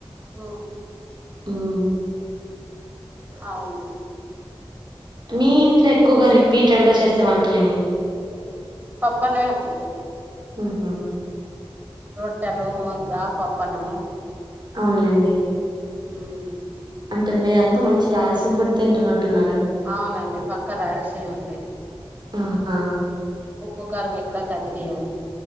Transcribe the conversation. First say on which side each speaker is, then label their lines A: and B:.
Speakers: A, on the right (about 20°); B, on the right (about 50°).
A: ఆ
B: హ్మ్.
A: అవును
B: మీ ఇంట్లో ఎక్కువగా రిపీటెడ్ గా చేసే వంటలేమి
A: పప్పన్నమేనండి
B: ఉ హ
A: రోట్టేలు ముద్ద పప్పన్నము
B: అవునులేండి
A: మ్
B: అంటే మీరంతా మంచి రాల్సిన ఫుడ్ తింటున్నట్టున్నారే
A: అవునండి పక్క రాయలసీమ అండి
B: ఆహా!
A: ఉప్పు కారం మేక్కడ తగ్గానియ్యం